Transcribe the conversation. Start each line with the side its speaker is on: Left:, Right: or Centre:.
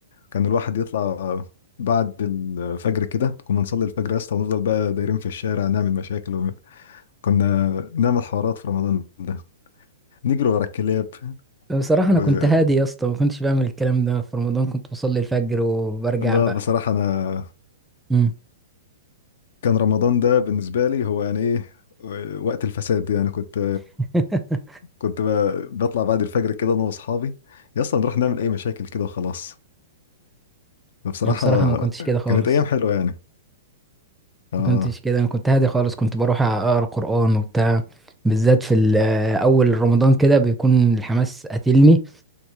Left: كان الواحد يطلع آه، بعد الفجر كده كنا نصلي الفجر يا اسطى ونفضل بقى دايرين في الشارع نعمل مشاكل و... كنا نعمل حوارات في رمضان ده نجري ورا الكلاب
Centre: بصراحة
Left: و...
Centre: أنا كنت هادي يا اسطى ما كنتش بعمل الكلام ده في رمضان كنت بصلي الفجر وبرجع
Left: لا
Centre: بقى
Left: بصراحة أنا
Centre: امم
Left: كان رمضان ده بالنسبة لي هو يعني إيه وقت الفساد يعني كنت
Centre: <laughs>
Left: كنت ب- بطلع بعد الفجر كده انا واصحابي يا اسطى نروح نعمل اي مشاكل كده وخلاص فبصراحه
Centre: أنا بصراحة ما كنتش كده خالص
Left: كانت ايام حلوه يعني اه
Centre: ما كنتش كده أنا كنت هادي خالص كنت بروح أقرأ قرآن وبتاع بالذات في ال- أول رمضان كده بيكون الحماس قاتلني